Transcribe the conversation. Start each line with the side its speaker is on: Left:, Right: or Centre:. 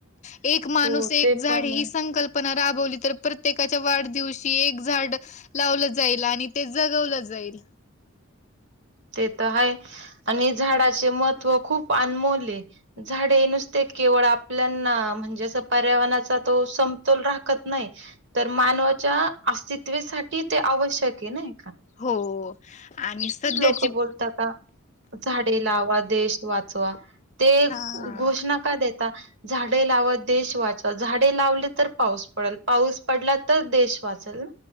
Left: ए माणूस
Right: हो
Left: एक
Right: ते
Left: झाड
Right: पण
Left: ही
Right: आहे.
Left: संकल्पना राबवली तर प्रत्येकाच्या वाढदिवशी एक झाड लावलं जाईल आणि ते जगवलं जाईल.
Right: ते तर हाय आणि झाडाचे महत्त्व खूप अनमोल झाडे नुसते केवळ आपल्याना म्हणजे असं पर्यावरणाचा तो समतोल राखत नाही तर मानवाच्या अस्तित्वेसाठी ते आवश्यक हे नाइ.
Left: हो आणि सध्या
Right: लोकं बोलता का झाडे लावा देश वाच चवा ते
Left: हा
Right: घोषणा का देत आ झाडे लावा देश वाचवा झाडे लावले तर पाऊस पडेल पाऊस पडला तर देश वाचलं.